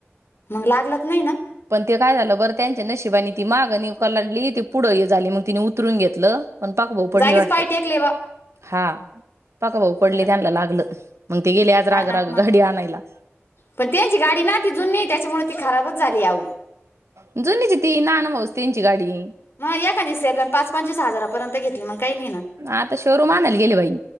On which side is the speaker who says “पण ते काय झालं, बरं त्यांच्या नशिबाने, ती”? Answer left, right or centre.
Right